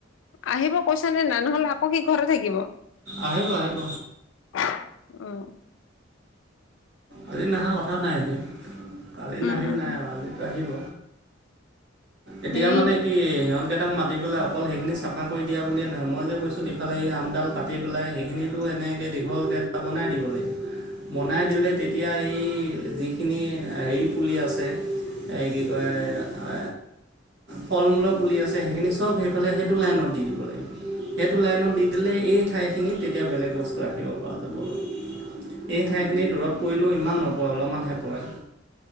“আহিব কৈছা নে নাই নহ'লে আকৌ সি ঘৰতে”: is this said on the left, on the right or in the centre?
Left